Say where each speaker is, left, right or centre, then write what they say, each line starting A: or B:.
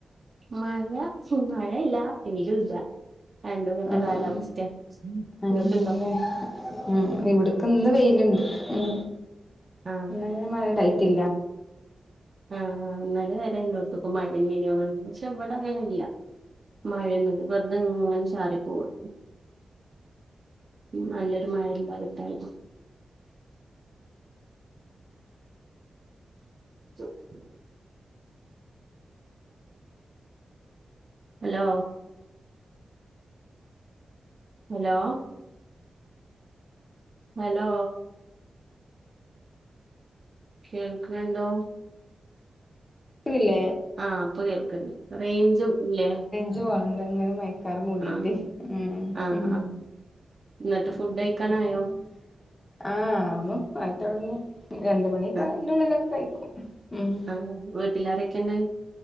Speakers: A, on the right; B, on the left.
A: മഴ ഉം മഴയില്ല വെയിലും ഇല്ല. രണ്ടും കെട്ട
B: ആഹ്
A: കാലാവസ്ഥയാ നിങ്ങക്കുണ്ടോ
B: അങ്ങനെല്ലേ ഉം ഇവിട്ക്ക് ഇന്ന് വെയില്ണ്ട് ഉം.
A: ആഹ്
B: ഇന്നങ്ങനെ മഴ ഇണ്ടായിട്ടില്ല
A: ഉം ആഹാ നല്ലല്ലോട <unintelligible> ത്തക്കും മഴ ഴേ നെന്നു പക്ഷെ ഇവടെ അങ്ങനില്ല. മഴയൊന്നുല്ല വെറ്തെങ്ങനെ ചാറി പോവുവാ നല്ലൊരു മഴ ഇല്ല കിട്ടാന്. <unintelligible> ഹലോ ഹലോ ഹലോ കേൾക്ക്ണ്‌ണ്ടോ?
B: ക്ക്ണില്ലേ
A: ആഹ് ഇപ്പൊ കേൾക്ക്ണ്ട് റെയ്ഞ്ചും ഇല്ലേ
B: ഞ്ച് പോണുണ്ട് ഇങ്ങനെ മഴക്കാറ് മൂടീട്ട്
A: ആഹ്
B: ഉം
A: ആഹ്
B: ഉം
A: ആഹ് എന്നിട്ട്
B: ഉം
A: ഫുഡ് കഴിക്കാനായോ
B: ആഹ് ആവുണു ആയിത്തൊടങ്ങി രണ്ട്മണിക്കയ്ൻ്റുള്ളിലൊക്കെ
A: ആഹ്
B: കഴിക്കും ഉം
A: ആഹ് വീട്ടിലാരൊക്കെ ഇണ്ട്?